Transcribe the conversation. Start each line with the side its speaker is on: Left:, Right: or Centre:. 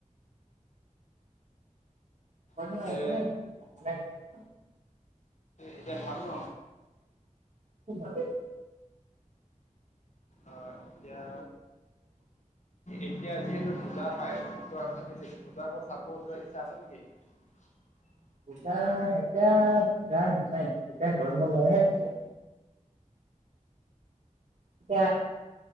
Right: <unintelligible>
Left: পিছে এতিয়া ভাল ন
Right: উম ভালেই
Left: অ এতিয়া এতিয়া যিহেতু পূজা পায় থাকি পূজা চাব যোৱাৰ ইচ্ছা আছে নেকি <unintelligible>
Right: পূজা এতিয়া পূজা নহয় এতিয়া গৰম বন্ধ এতিয়া এতিয়া